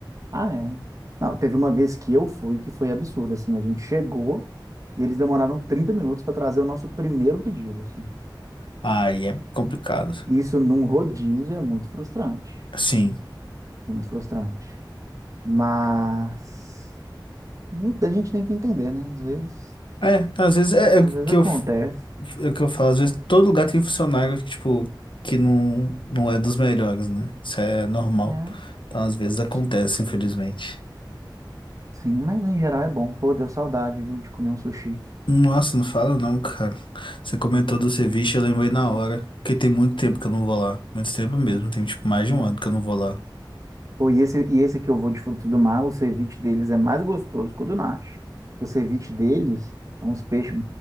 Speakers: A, on the right; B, on the left.
A: Ah, é. Não, teve uma vez que eu fui que foi absurdo, assim, a gente chegou e eles demoraram 30 minutos para trazer o nosso primeiro pedido, assim.
B: Aí é complicado.
A: Isso num rodízio é muito frustrante,
B: Sim.
A: muito frustrante. Mas hum, a gente tem que entender, né? Às vezes,
B: É, às vezes é,
A: às
B: é o que
A: vezes acontece.
B: eu. É o que eu falo, às vezes todo lugar tem funcionário que, tipo, que não, não é dos melhores, né? Isso é normal.
A: É.
B: Então, às vezes acontece,
A: Sim,
B: infelizmente.
A: sim, mas em geral é bom. Pô, deu saudade, viu, de comer um sushi.
B: Nossa, não fala não, cara. Você comentou do ceviche, eu lembrei na hora. Porque tem muito tempo que eu não vou lá. Muito tempo mesmo, tem tipo mais
A: Não.
B: de um ano que eu não vou lá.
A: Pô, e esse, e esse que eu vou de frutos do mar, o ceviche deles é mais gostoso que o do Nashi. O ceviche deles é uns peixes,